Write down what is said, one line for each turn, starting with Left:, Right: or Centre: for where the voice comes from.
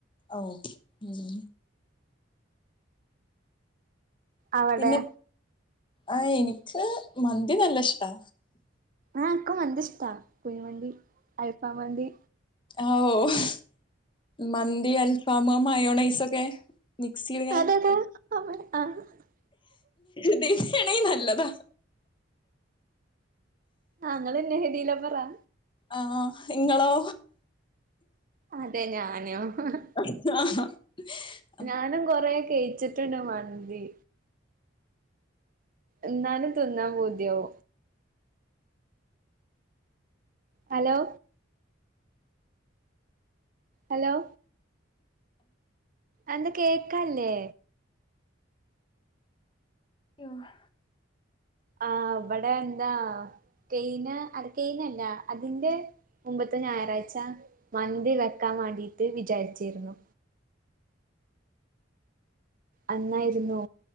Left: ഓഹ്, പിന്നെ
Right: അവിടെ
Left: പിന്നെ ആഹ് എനിക്ക് മന്തി നല്ല ഇഷ്ടാ.
Right: ആ ഇക്ക് മന്തി ഇഷ്ടാ കുഴിമന്തി, അൽഫ മന്തി.
Left: ആ ഓഹ് മന്തി അൽഫാമ് ആ മയോണൈസൊക്കെ. മിക്സിയിലിങ്ങനെ
Right: അതേതാ
Left: അഹ്
Right: ആഹ് ആഹ്
Left: <unintelligible> തിന്നണെ നല്ലതാ
Right: ആഹ്, ഇങ്ങളെന്നെ <unintelligible> ലവ്വെറാ
Left: ആഹ് ഇങ്ങളോ?
Right: അതെ ഞാനു ഹ് ഹ്
Left: <unintelligible>
Right: ഞാനും കൊറേ കെയിച്ചിട്ടുണ്ട് മന്തി എന്നാലും തിന്നാൻ പൂതിയാവു ഹലോ അലോ ആഹ് ന്താ കേക്കാൻല്ലേ
Left: യോഹ്
Right: ആഹ് ഇവിടെ എന്താ കെയിന അട് തയ്നല്ല അതിന്റെ മുമ്പത്തെ ഞായറാഴ്ച മന്തി വെക്കാവാണ്ടിട്ട് വിചാരിച്ചിരുന്നു അന്നായിരുന്നു